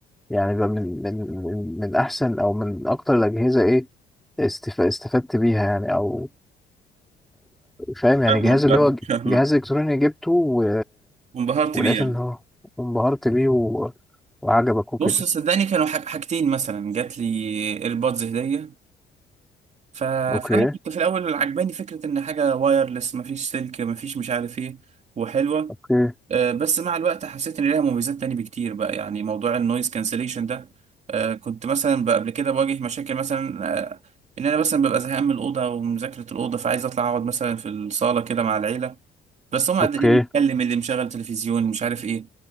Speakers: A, in the centre; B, on the right.
A: يعني بقى من من من من احسن او من اكتر الاجهزه ايه استف- استفدت بيها يعني او فاهم يعني
B: فاهمك
A: جهاز اللي
B: فاهمك
A: هو
B: فاهمك
A: جهاز الكتروني جبته و...
B: وانبهرت
A: ولقيت
B: بيه يعني
A: ان هو انبهرت بيه و... وعجبك وكده
B: بص صدقني كانوا حاج- حاجتين مثلا جات لي ايربودز هديه ف...
A: اوكي
B: فانا كنت في الاول عجباني فكره ان حاجه وايرلس مفيش سلك مفيش مش عارف ايه وحلوه
A: اوكي
B: آه، بس مع الوقت حسيت ان ليها مميزات تاني بكتير بقى يعني موضوع النويز كانسليشن ده آه، كنت مثلا بقى قبل كده بواجه مشاكل مثلا آه، ان انا مثلا ببقى زهقان من الاوضه ومذاكره الاوضه فعايز اطلع اقعد مثلا في الصاله كده مع العيله بس هم اللي
A: اوكي
B: بيتكلم اللي مشغل تلفزيون مش عارف ايه